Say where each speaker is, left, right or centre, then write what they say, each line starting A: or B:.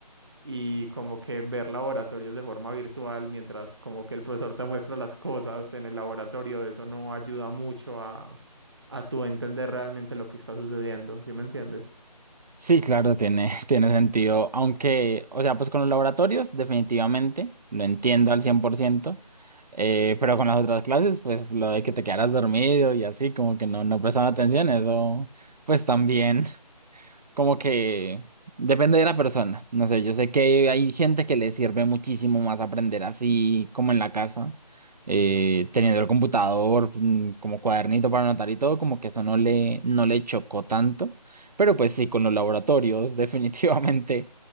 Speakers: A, on the right; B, on the right.
A: y como que ver laboratorios de forma virtual mientras como que el profesor te muestra las cosas en el laboratorio, eso no ayuda mucho a, a tu entender realmente lo que está sucediendo, ¿sí me entiendes?
B: Sí, claro, tiene, <laughs> tiene sentido. Aunque, o sea, pues con los laboratorios, definitivamente, lo entiendo al 100%. Eh, pero con las otras clases, pues lo de que te quedaras dormido y así, como que no, no prestaban atención, eso, pues también como que depende de la persona. No sé, yo sé que hay gente que le sirve muchísimo más aprender así como en la casa, eh, teniendo el computador, mm, como cuadernito para anotar y todo, como que eso no le, no le chocó tanto. Pero pues sí, con los laboratorios, <laughs> definitivamente.